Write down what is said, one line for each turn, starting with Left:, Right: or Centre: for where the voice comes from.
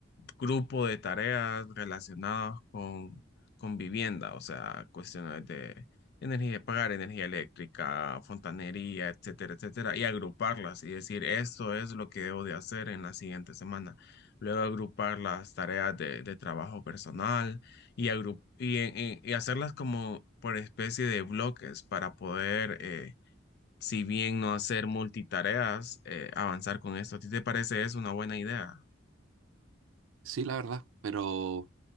Left: grupo de tareas relacionadas con, con vivienda, o sea, cuestiones de energía, de pagar energía eléctrica, fontanería, etcétera, etcétera, y agruparlas y decir, esto es lo que debo de hacer en la siguiente semana. Luego agrupar las tareas de, de trabajo personal y, agru- y, en- en- y hacerlas como por especie de bloques para poder, eh, si bien no hacer multitareas, eh, avanzar con esto. ¿A ti te parece eso una buena idea?
Right: Sí, la verdad, pero